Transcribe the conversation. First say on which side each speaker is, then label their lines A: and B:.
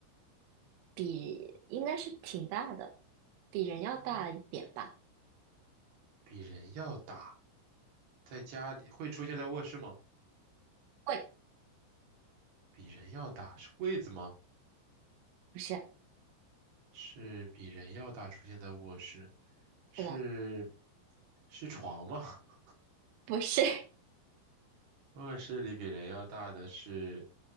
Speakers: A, on the right; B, on the right.
A: 比应该是挺大的，比人要大一点吧。
B: 嗯，比人要大，在家里会出现在卧室吗？
A: 会，
B: 比人要大，是柜子吗？
A: 不是，
B: 是比人要大，出现在卧室，是
A: 是的，
B: 是床吗？<laughs>
A: 不是，
B: 卧室里比人要大的是